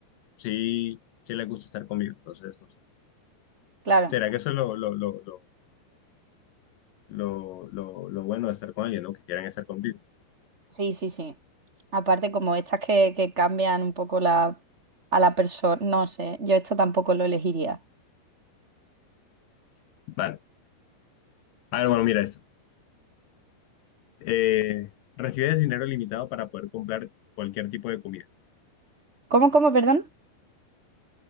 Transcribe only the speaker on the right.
Claro,
sí, sí, sí. Aparte, como estas que, que cambian un poco la, a la persona, no sé, yo esto tampoco lo elegiría.
¿Cómo, cómo, perdón?